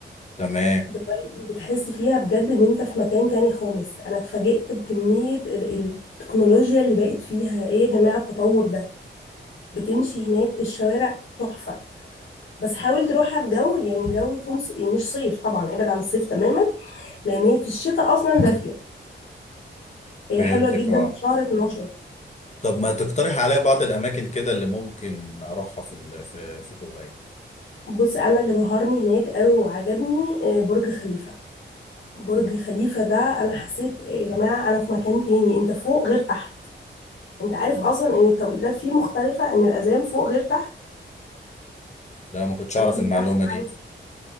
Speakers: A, on the left (about 35°); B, on the left (about 85°).
A: تمام
B: دبي بتحس فيها بجد ان انت في مكان تاني خالص انا اتفاجئت بكمية ال- التكنولوجيا اللي بقت فيها ايه يا جماعة التطور ده بتمشي هناك الشوارع تحفة بس حاول تروحها في جو يعني جو يكون ص- يعني مش صيف طبعا ابعد عن الصيف تماما لان هي في الشتاء اصلا دافية هي
A: فهمتك
B: حلوة جدا
A: اه
B: في شهر 12
A: طب ما تقترح عليا بعض الاماكن كده اللي ممكن اروحها في ال- في في دبي
B: بص انا اللي بهرني هناك قوي وعجبني آه، برج خليفة برج
A: مم.
B: خليفة ده انا حسيت إيه يا جماعة انا في مكان تاني انت فوق غير تحت انت عارف
A: مم.
B: اصلا ان التوقيتات فيه مختلفة ان الاذان فوق غير تحت
A: لا ما كنتش اعرف
B: انا كنت
A: المعلومه
B: بحسب عادي
A: دي